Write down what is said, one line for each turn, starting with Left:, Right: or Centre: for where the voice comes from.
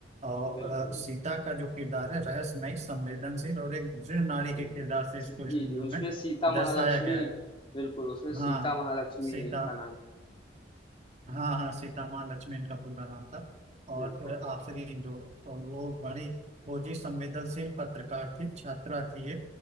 Right: और
Left: बिल्कुल
Right: अ, सीता का जो किरदार है रहस्यमय संवेदनशील और एक दृढ़ नारी
Left: हम्म,
Right: के किरदार से इसको
Left: जी,
Right: इस मूवी
Left: जी, उसमें
Right: में
Left: सीता महालक्ष्मी
Right: दर्शाया गया है
Left: बिल्कुल, उसमें
Right: हाँ
Left: सीता महालक्ष्मी
Right: सीता
Left: इनका नाम
Right: हाँ हाँ सीता माँ लक्ष्मी इनका पूरा नाम था और
Left: बिल्कुल,
Right: अ, आखिरी जो और वो बड़ी खोजी संवेदनशील पत्रकार थी छात्रा थी ये